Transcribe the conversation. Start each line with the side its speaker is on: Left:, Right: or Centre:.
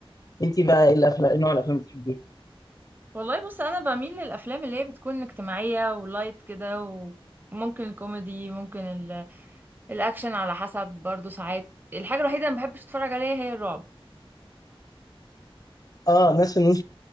Left: انت بقى ايه الافلام إيه نوع الافلام اللي بتحبيها
Right: والله بص انا بميل للافلام اللي هي بتكون اجتماعيه ولايت كده وممكن الكوميدي ممكن ال... الاكشن على حسب برضو ساعات الحاجه الوحيده اللي ما بحبش اتفرج عليها هي الرعب
Left: اه الناس اللي